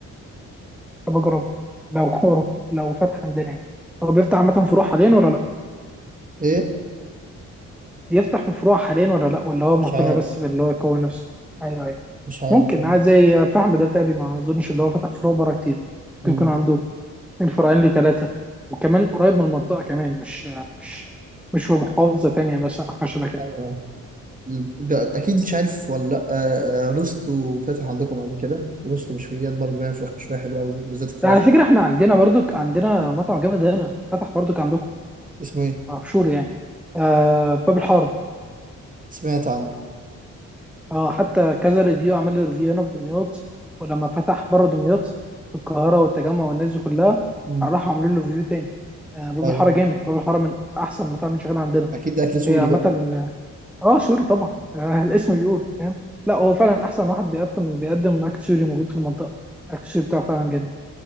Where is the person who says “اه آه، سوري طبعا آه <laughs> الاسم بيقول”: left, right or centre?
Centre